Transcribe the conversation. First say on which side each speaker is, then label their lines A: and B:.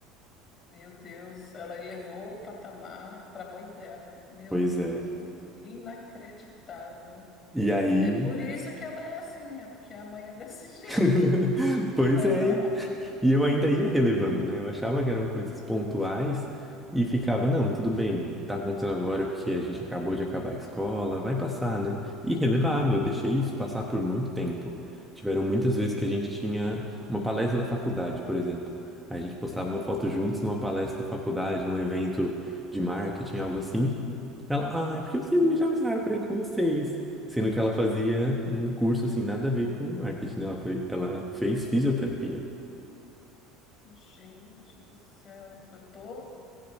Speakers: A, on the left; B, in the centre.
A: Meu Deus, ela elevou o patamar para a mãe dela. Meu
B: Pois
A: Deus,
B: é.
A: outro- inacreditável.
B: E aí.
A: É por isso que ela é assim, é porque a mãe é desse jeito,
B: <laughs>
A: <laughs>
B: Pois
A: né
B: é.
A: não?
B: E eu ainda ia relevando, né? Eu achava que eram coisas pontuais e ficava, não, tudo bem, tá acontecendo agora porque a gente acabou de acabar a escola, vai passar, né? E relevava, eu deixei isso passar por muito tempo. Tiveram muitas vezes que a gente
A: Uhum.
B: tinha uma palestra da faculdade, por exemplo. A gente postava uma foto juntos numa palestra da faculdade, num evento de marketing, algo assim. Ela, ah, é porque vocês me chamaram pra ir com vocês. Sendo que ela fazia um curso assim, nada a ver com marketing, né? Ela foi, ela fez fisioterapia.
A: Gente do céu, eu tô